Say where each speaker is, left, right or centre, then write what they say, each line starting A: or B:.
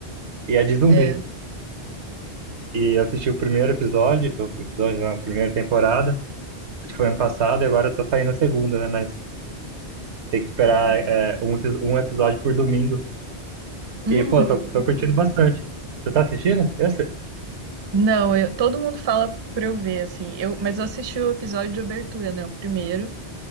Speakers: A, on the right (about 80°); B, on the right (about 30°).
A: e é de zumbi.
B: É.
A: E eu assisti o primeiro episódio, o episódio não, a primeira temporada, acho que foi ano passado e agora tá saindo a segunda, né? Mas tem que esperar
B: Uhum.
A: é, um, epi- um episódio por domingo.
B: Uhum,
A: E, pô, tô, tô curtindo
B: uhum.
A: bastante. Você tá assistindo? Esse?
B: Não, eu- todo mundo fala pra eu ver, assim. Eu, mas eu assisti o episódio de abertura, né? O primeiro.